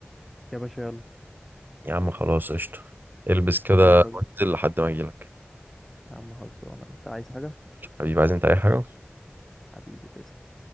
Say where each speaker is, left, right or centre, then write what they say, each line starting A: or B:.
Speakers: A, in the centre; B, on the right (about 55°).
A: يا باشا يلا
B: يا عم خلاص قشطة البس كده
A: يلا
B: وانزل لحد ما أجيلك
A: يا عم خلصانة انت عايز حاجة
B: حبيبي عايز أنت أي حاجة
A: حبيبي تسلم